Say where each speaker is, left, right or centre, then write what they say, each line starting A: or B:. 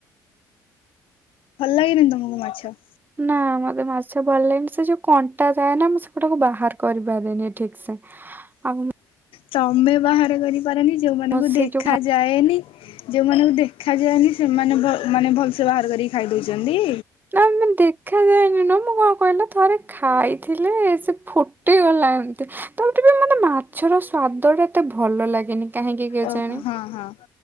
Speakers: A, on the left (about 65°); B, on the right (about 20°).
A: ଭଲ ଲାଗେନି ତମକୁ ମାଛ?
B: ନା ମତେ ମାଛ ଭଲ ଲାଗେନି ସେ ଯୋଉ କଣ୍ଟା ଥାଏ ନା ମୁଁ ସେଗୁଡାକୁ ବାହାର କରିପାରେନି ଠିକ ସେ। ଆଉ
A: ତମେ ବାହାର କରିପାରନି ଯୋଉମାନଙ୍କୁ
B: ମୁଁ ସେ
A: ଦେଖା
B: ଯୋଉ ଖା
A: ଯାଏନି ଯୋଉମାନଙ୍କୁ ଦେଖାଯାଏନି ସେମାନେ ଭ ମାନେ ଭଲ ସେ ବାହାର କରିକି ଖାଇ ଦଉଚନ୍ତି।
B: ନା ମାନେ ଦେଖାଯାଏନି ନୁଅ ମୁଁ କଣ କହିଲିନା ଥରେ ଖାଇଥିଲି ସେ ଫୁଟିଗଲା ଏମତି <unintelligible> ମତେ ମାଛର ସ୍ଵାଦ ଟା ଏତେ ଭଲ ଲାଗେନି। କାହିଁକି କେଜାଣି।
A: ଓହୋ ହଁ ହଁ